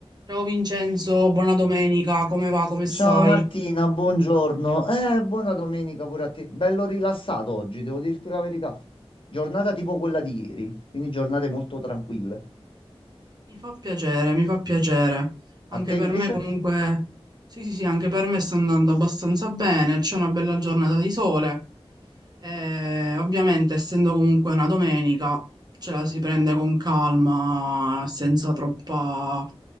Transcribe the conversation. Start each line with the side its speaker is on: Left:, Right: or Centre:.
Right: Ciao Vincenzo, buona domenica, come va, come stai?
Left: Ciao Martina, buongiorno. Eh, buona domenica pure a te. Bello rilassato oggi, devo dirti la verità. Giornata tipo quella di ieri, quindi giornate molto tranquille.
Right: Mi fa piacere, mi fa piacere. Anche
Left: A te
Right: per
Left: invece?
Right: me comunque, sì sì sì, anche per me sta andando abbastanza bene, c'è una bella giornata di sole. E ovviamente, essendo comunque una domenica, ce la si prende con calma, senza troppa,